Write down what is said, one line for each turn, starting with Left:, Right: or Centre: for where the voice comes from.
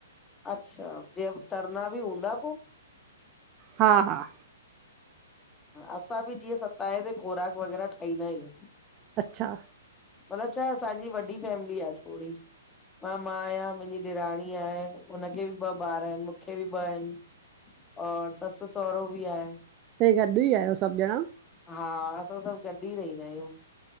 Left: अच्छा जिएं तरंदा बि हूंदा पो?
Right: हा, हा।
Left: असां बि जीअं सताए ते खोराक वग़ैरह ठाहींदा आहियूं।
Right: अच्छा।
Left: मतिलबु छाए असांजी वॾी फैमिली आ थोड़ी। मां मां आहियां मुंहिंजी ॾेराणी आहे हुनखे बि ॿ ॿार आहिनि मूंखे बि ॿ आहिनि। और ससु सहुरो बि आहे।
Right: त गॾु ई आहियो सभु ॼणा?
Left: हा, असां सभु गॾु ई रहिंदा आहियूं।